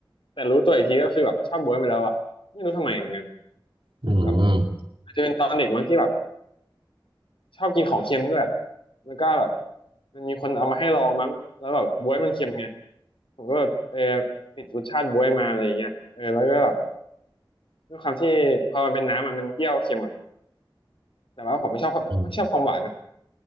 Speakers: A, on the left; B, on the right.
A: แต่รู้ตัวอีกทีก็คือแบบชอบบ๊วยไปแล้วอะไม่รู้ทำไมเหมือนกัน
B: อืม
A: แบบอาจจะเป็นตอนเด็กมั้งที่แบบชอบกินของเค็มด้วยแล้วก็แบบมันมีคนเอามาให้ลองมั้งแล้วแบบบ๊วยมันเค็มไงผมก็แบบเออติดรสชาติบ๊วยมาอะไรอย่างเงี้ยเออแล้วก็แบบด้วยความที่พอมันเป็นน้ำอะมันเปรี้ยวเค็มอะแต่ว่าผมไม่ชอบไม่ชอบความหวานนะ
B: อืม